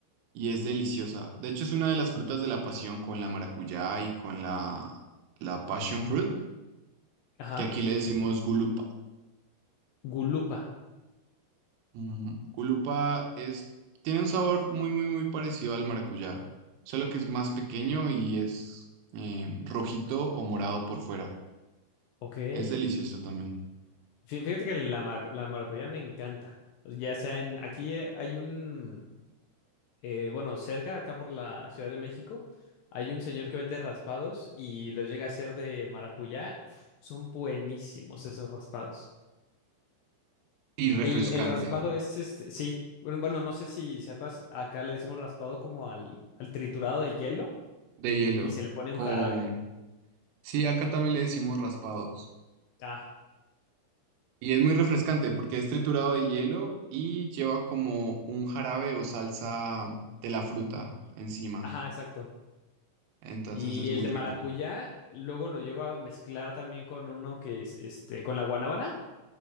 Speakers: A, on the right; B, on the left.
A: y es deliciosa. De hecho, es una de las frutas de la pasión con la maracuyá y con la, la passion fruit,
B: Ajá.
A: que aquí le decimos gulupa.
B: Gulupa.
A: Mm, Gulupa es, tiene un sabor muy, muy, muy parecido al maracuyá, solo que es más pequeño y es eh, rojito o morado por fuera.
B: Ok. Fí-
A: Es delicioso también.
B: Fíjate que la, ma- la maracuyá me encanta. Ya sea en, aquí eh, hay un, eh, bueno, cerca, acá por la Ciudad de México, hay un señor que vende raspados y los llega a hacer de maracuyá. Uf, son buenísimos esos raspados.
A: Y refrescante,
B: El, el raspado es este, sí. Bueno, bueno, no sé si sepas, acá le decimos raspado como al, al triturado de hielo
A: de hielo,
B: y se le pone
A: con...
B: un jarabe.
A: Sí, acá también le decimos raspados.
B: Ah,
A: Y es muy refrescante porque es triturado de hielo y lleva como un jarabe o salsa de la fruta encima.
B: ajá, exacto.
A: Entonces
B: Y
A: es
B: el
A: muy
B: de
A: rico.
B: maracuyá, luego lo llevo a mezclar también con uno que es este, con la guanábana